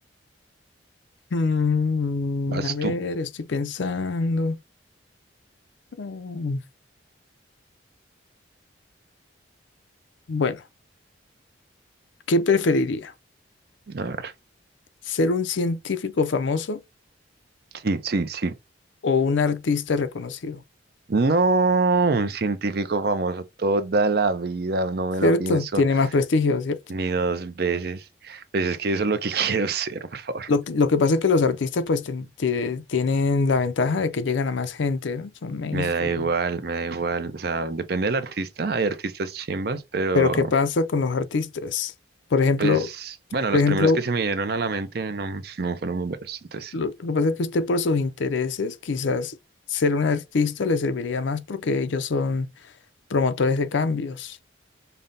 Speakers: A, on the left; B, on the right.
A: mm,
B: Vas
A: a ver,
B: tú.
A: estoy pensando. Mm, Bueno, ¿qué preferiría?
B: A ver.
A: ¿Ser un científico famoso
B: Sí, sí, sí.
A: o un artista reconocido?
B: No, un científico famoso toda la vida, no
A: ¿Cierto?
B: me lo pienso
A: Tiene más prestigio, ¿cierto?
B: ni dos veces. Pues es que eso es lo que <laughs> quiero ser, por favor.
A: Lo, que- lo que pasa es que los artistas pues ten- tie- tienen la ventaja de que llegan a más gente, ¿no? Son mainstream.
B: Me da igual, me da igual. O sea, depende del artista. Hay artistas chimbas, pero
A: Pero ¿qué pasa con los artistas? Por ejemplo,
B: pues, bueno,
A: por
B: los
A: ejemplo,
B: primeros que se me dieron a la mente no, no fueron muy buenos. Entonces,
A: lo, lo que pasa es que usted por sus intereses, quizás ser un artista le serviría más porque ellos son promotores de cambios,